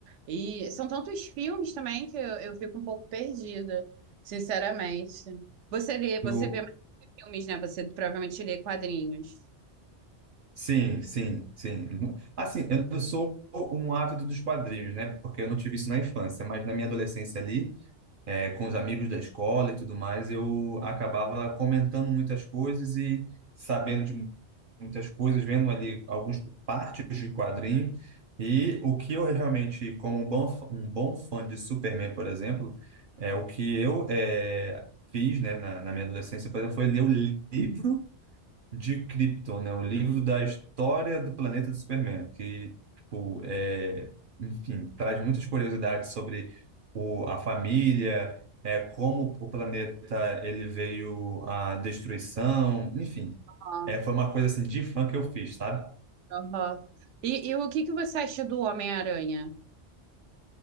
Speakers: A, on the right; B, on the right.
A: E são tantos filmes também que eu, eu fico um pouco perdida, sinceramente. Você lê,
B: No,
A: você vê mais filmes, né? Você provavelmente lê quadrinhos.
B: Sim, sim, sim. Assim, eu não sou um ávido dos quadrinhos, né? Porque eu não tive isso na infância, mas na minha adolescência ali, eh, com os amigos da escola e tudo mais, eu acabava comentando muitas coisas e sabendo de muitas coisas, vendo ali algumas partes de quadrinho. E o que eu realmente, como um bom, f- um bom fã de Superman, por exemplo, é o que eu eh, fiz, né, na, na minha adolescência, por exemplo, foi ler o livro de Krypton, né? O livro da história do planeta do Superman, que, tipo, é, enfim, traz muitas curiosidades sobre o, a família, é, como o planeta ele veio à destruição, enfim.
A: Ah,
B: É, foi uma coisa assim de fã que eu fiz, sabe?
A: aham. E, e o que que você acha do Homem-Aranha?